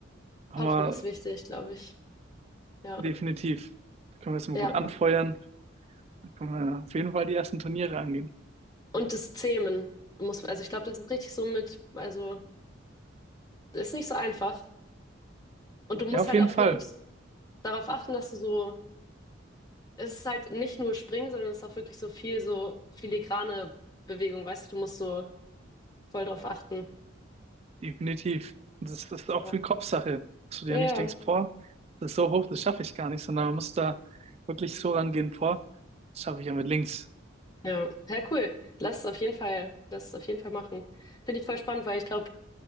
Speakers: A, on the right; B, on the left.
A: haben
B: hoffen
A: wir
B: ist wichtig, glaube ich. Ja,
A: definitiv, da können wir es mal
B: ja.
A: gut anfeuern. Dann können wir auf jeden Fall die ersten Turniere angehen.
B: Und das Zähmen muss, also ich glaube, das ist richtig so mit, also ist nicht so einfach. Und du musst
A: Ja, auf
B: halt
A: jeden
B: auch
A: Fall.
B: wirklich darauf achten, dass du so, es ist halt nicht nur Springen, sondern es ist auch wirklich so viel so filigrane Bewegung, weißt du, du musst so voll drauf achten.
A: Definitiv. Und das ist auch
B: Ja,
A: viel Kopfsache, dass du dir
B: ja,
A: nicht denkst,
B: ja.
A: boah, das ist so hoch, das schaffe ich gar nicht, sondern man muss da wirklich so rangehen, boah, das schaffe ich ja mit links.
B: Ja, Ja, cool. Lass es auf jeden Fall, lass es auf jeden Fall machen. Finde ich voll spannend, weil ich glaube,